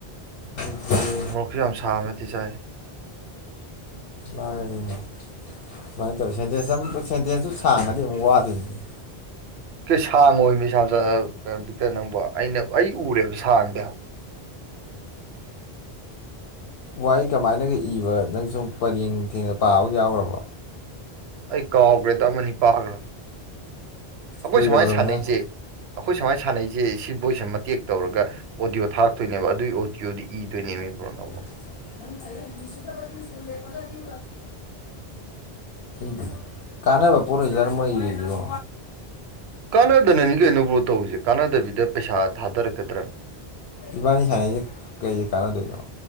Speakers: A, on the left (about 65°); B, on the right (about 75°).
A: ꯑꯗꯨꯗꯤ
B: ꯃꯣꯔꯣꯛꯁꯨ ꯌꯥꯝ ꯁꯥꯕ ꯅꯠꯇꯦ ꯆꯥꯏ
A: ꯂꯥꯏꯔꯤꯅꯦ ꯁꯃꯥꯏꯅ ꯇꯧꯋꯤ ꯁꯦꯟꯗꯦꯟꯁ ꯑꯃꯨ ꯁꯦꯟꯗꯦꯟꯁꯇꯨ ꯁꯥꯡꯉꯗꯤ ꯑꯃꯨꯛ ꯋꯥꯗꯣꯏꯅꯤꯅꯦ
B: ꯀ <inaudible> ꯁꯥꯡ ꯑꯣꯏ ꯃꯤꯥ ꯕꯤꯛꯇꯔ ꯅꯪꯕꯣ ꯑꯩꯅ ꯑꯩ ꯎꯔꯦꯕ ꯁꯥꯡꯗꯦꯕ
A: ꯋꯥꯍ ꯀꯃꯥꯏꯅꯒ ꯏꯕ ꯅꯪ ꯁꯨꯝ ꯄꯔꯦꯡ ꯊꯦꯡꯅ ꯄꯥꯕ ꯌꯥꯎꯔꯕꯣ
B: ꯑꯩ ꯀꯥꯎꯈ꯭ꯔꯦꯗ ꯑꯃꯅꯤ ꯄꯥꯈ꯭ꯔꯕ ꯑꯩꯈꯣꯏ
A: ꯀꯨꯏꯔꯕ꯭ꯔꯕ
B: ꯁꯨꯃꯥꯏꯅ ꯁꯥꯟꯅꯩꯁꯦ
A: ꯅꯪ
B: ꯑꯩꯈꯣꯏ ꯁꯨꯃꯥꯏꯅ ꯁꯥꯟꯅꯩꯁꯦ ꯁꯤ ꯕꯣꯏꯁꯦ ꯃꯇꯦꯛ ꯇꯧꯔꯒ ꯑꯣꯗꯤꯌꯣ ꯊꯥꯛꯇꯣꯏꯅꯦꯕ ꯑꯗꯨꯒꯤ ꯑꯣꯗꯤꯌꯣꯗꯤ ꯏꯗꯣꯏꯅꯦ ꯏꯕ꯭ꯔꯣ ꯅꯪꯕꯣ
A: ꯁꯨꯗ ꯁꯀꯨꯦ ꯄꯒꯗꯤ <inaudible> ꯀꯥꯥꯟꯕ ꯄꯣꯠ ꯑꯣꯢꯖꯠꯂꯣ ꯃꯣꯏ ꯏꯔꯤꯁꯤꯕꯣ
B: ꯀꯥꯟꯅꯗꯅꯅꯤ ꯀꯩꯅꯣ ꯕ꯭ꯔꯣ ꯇꯧꯔꯤꯁꯦ ꯀꯥꯟꯅꯗꯕꯤꯗ ꯄꯩꯁꯥ ꯊꯥꯗꯔꯛꯀꯗ꯭ꯔꯅꯦ
A: ꯏꯕꯥꯅꯤ ꯁꯥꯟꯅꯩꯁꯤ ꯀꯩꯗ ꯀꯥꯟꯅꯗꯣꯏꯅꯣ